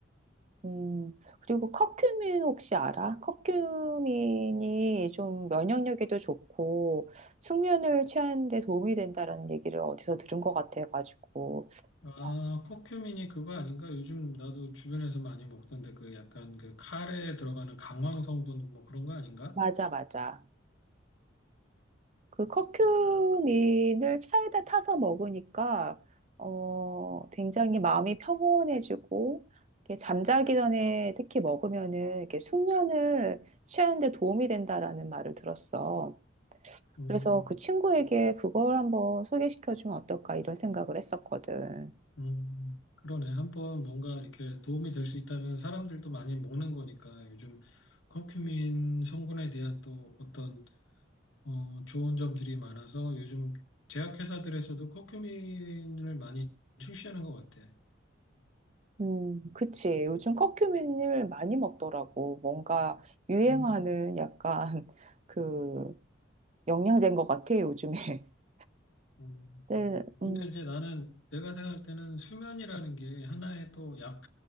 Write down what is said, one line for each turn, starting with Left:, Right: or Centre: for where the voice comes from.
Right: 음, 그리고 커큐민 혹시 알아? 커큐민이 좀 면역력에도 좋고 숙면을 취하는 데 도움이 된다라는 얘기를 어디서 들은 것 같아가지고.
Left: 아,
Right: 어,
Left: 커큐민이 그거 아닌가? 요즘 나도 주변에서 많이 먹던데 그 약간 그 카레에 들어가는 강황 성분 뭐 그런 거 아닌가?
Right: 맞아, 맞아. 그 커큐민을 차에다 타서 먹으니까 어, 굉장히 마음이 평온해지고 이렇게 잠자기 전에 특히 먹으면은 이렇게 숙면을 취하는 데 도움이 된다라는 말을 들었어.
Left: 음,
Right: 그래서 그 친구에게 그걸 한번 소개시켜주면 어떨까 이런 생각을 했었거든.
Left: 음, 그러네. 한번 뭔가 이렇게 도움이 될 수 있다면 사람들도 많이 먹는 거니까 요즘 커큐민 성분에 대한 또 어떤 어, 좋은 점들이 많아서 요즘 제약회사들에서도 커큐민을 많이 출시하는 것 같아.
Right: 음, 그치. 요즘 커큐민을 많이 먹더라고. 뭔가 유행하는
Left: 음.
Right: 약간 <laughs> 그 영양제인 것 같아, 요즘에. <laughs>
Left: 음,
Right: 네,
Left: 그렇구나.
Right: 음,
Left: 근데 이제 나는 내가 생각할 때는 수면이라는 게 하나의 또 약,